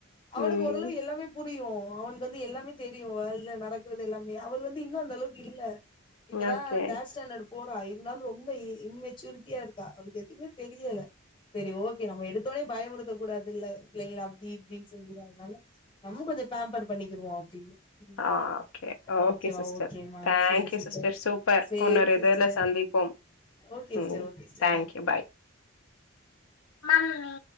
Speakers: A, on the left (about 25°); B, on the left (about 80°).
A: அவனுக்கு
B: ம்
A: ஓரளவு எல்லாமே புரியு அவனுக்கு வந்து எல்லாமே தெரியு அல் இல்ல நடக்குறது எல்லாமே அவள் வந்து இன்னு அந்த அளவுக்கு இல்ல இப்பதா
B: ஓகே
A: தேர்ட் ஸ்டேண்ட்டு போறா இருந்தாலு ரொம்ப இ இம்மெச்சூரிட்டியா இருக்கா அவங்களுக்கு எதுமே தெரியல சேரி ஓகே நம்ம எடுத்தோனே பயப்படுத்தக் கூடாது பிள்ள பிள்ளைங்கள அப்டி இப்டின் சொல்லி அதனால நம்ம கொஞ்சோ பேம்பர் பண்ணிக்கிருவோ அப்டின்னு ம்
B: ஆ கே ஓகே
A: ஓகேமா
B: சிஸ்டர்
A: ஓகேமா
B: தேங்க்யூ
A: சேரி சிஸ்டர்
B: சி்ஸ்டர் சூப்பர்
A: சேரி
B: ஒன்னொரு இதுல
A: சிஸ்டர்
B: சந்திப்போம்
A: ஓகே sister
B: ம்
A: okay sister
B: thank you bye mummy உ